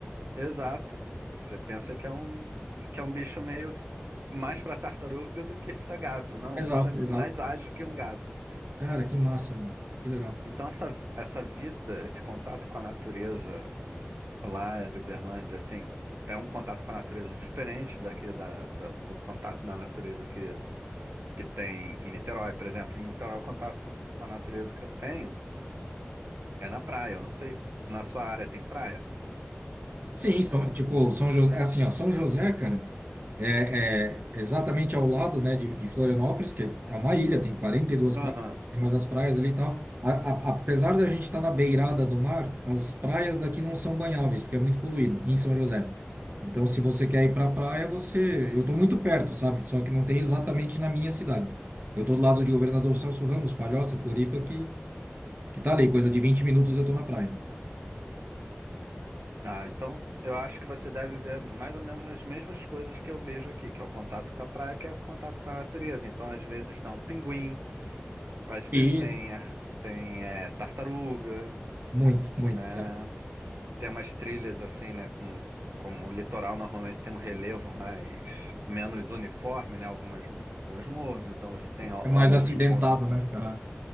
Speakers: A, on the right; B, on the right.
A: exato. Você pensa que é um, que é um bicho meio mais para tartaruga do que para gato. Não,
B: Exato,
A: o bicho é mais
B: exato.
A: ágil que um gato.
B: Cara, que massa, meu. Que legal.
A: Então essa, essa vida, esse contato com a natureza lá de Uberlândia, assim, é um contato com a natureza diferente daqui da, da- do contato na natureza que, que tem em Niterói, por exemplo. Em Niterói, o contato com a natureza que eu tenho é na praia. Eu não sei, na sua área tem praia?
B: Sim,
A: N-
B: são, tipo, São José, é assim, ó, São José, cara, é, é exatamente ao lado, né, de, de Florianópolis, que é uma ilha, tem 42 praias,
A: Aham.
B: tem mais as praias ali e tal. A, a, apesar da gente estar na beirada do mar, as praias daqui não são banháveis, porque é muito poluído, em São José. Então, se você quer ir pra praia, você... Eu tô muito perto, sabe? Só que não tem exatamente na minha cidade. Eu tô do lado de Governador Celso Ramos, Palhoça, Floripa, que, que tá ali, coisa de 20 minutos eu tô na praia.
A: Ah, então eu acho que você deve ver mais ou menos as mesmas coisas que eu vejo aqui, que é o contato com a praia, que é o contato com a natureza. Então, às vezes dá um pinguim, às vezes
B: Isso,
A: tem, a- tem eh, tartaruga,
B: muito, muito.
A: né?
B: É,
A: Tem umas trilhas assim, né? Com, com- como o litoral normalmente tem um relevo mais menos uniforme, né? Algumas, alguns morros, então você tem ó-
B: é mais
A: ótimos
B: acidentado,
A: pontos.
B: né? Aham.